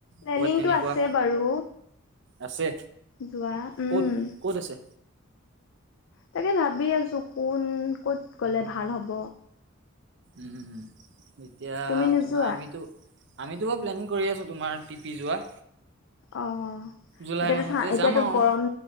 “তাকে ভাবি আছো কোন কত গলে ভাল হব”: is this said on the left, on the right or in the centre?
Left